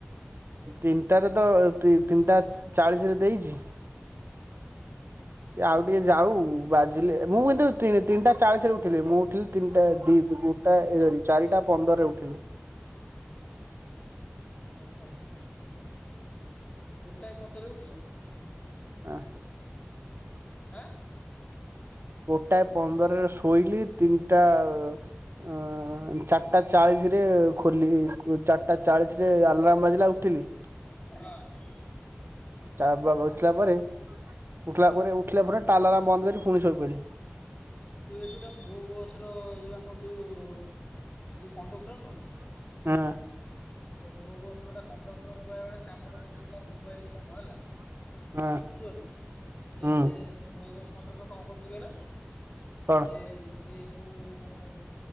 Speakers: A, on the right; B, on the left.
A: ତିନିଟାରେ ତ ତିନିଟା ଚାଳିଶ ରେ ଦେଇଚି
B: ହୁଁ।
A: ସେ ଆଉ ଟିକେ ଯାଉ ବାଜିଲେ ମୁଁ କିନ୍ତୁ ତିନିଟା ଚାଳିଶରେ ଉଠିଲି ମୁଁ ଉଠିଲି ତିନିଟା ଦି ଦ୍ ମୁ ଟା ଚାରିଟା ପନ୍ଦରରେ ଉଠିଲି।
B: ଆଛା ଆଛା ଗୋଟାଏ ପନ୍ଦରରେ ଉଠିଲ?
A: ଆଁ।
B: ଆଁ।
A: ଗୋଟାଏ ପନ୍ଦରରେ ଶୋଇଲି ତିନିଟା ଆ ଆଁ ଚାରିଟା ଚାଳିଶରେ ଖୋଲି ଚାରିଟା ଚାଳିଶରେ ଆଲାର୍ମ୍ ବାଜିଲା ଉଠିଲି।
B: <unintelligible>
A: ଚା ବ ଉଠିଲା ପରେ ଉଠିଲା ପରେ ଉଠିଲା ପରେ ଟା ଲାରାମ ବନ୍ଦ କରି ପୁଣି ଶୋଇପଇଲି।
B: ଯୋଉ ଏଠି ଗୋଟା ମୋ ବସ ର ଯୋଉ ଆମର ଯୋଉ ଯିଏ କଣ୍ଡକ୍ଟର ନୁଅ
A: ହଁ
B: ସେ ମୋ ବସର ଟା କଣ୍ଡକ୍ଟର ମୋ ପାଇଁ ଗୋଟେ କାମ କରେଇ ଦେଇଥିଲା ମୋବାଇଲ କାମ ହେଲା
A: ହଁ
B: ବୁଝିପାରୁଛ ସେ
A: ହୁଁ
B: ସେ ସେ ମୋ ବସ୍ କଣ୍ଡକ୍ଟର କଣ କରୁଚି କହିଲ?
A: କଣ
B: ସେ ସେ ସବୁ ମାନେ